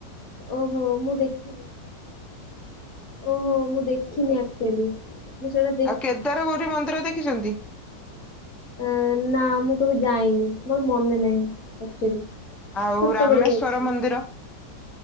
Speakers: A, on the left; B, in the centre.
A: ଓହୋ ମୁଁ ଦେଖିନି ଓହୋ ମୁଁ ଦେଖିନି ଆକ୍ଚୁଆଲି ମୁଁ ସେଇଟା
B: ଆଉ କେଦାରଗୌରୀ ମନ୍ଦିର ଦେଖି ଦେଖିଛନ୍ତି।
A: ଅ ନା ମୁଁ କେବେ ଯାଇନି ମୋର ମନେ ନାହିଁ ଆକ୍ଚୁ ଆଲି
B: ଆଉ
A: ଛୋଟବେଳେ
B: ରାମେଶ୍ଵର
A: ଯାଇଥିଲି
B: ମନ୍ଦିର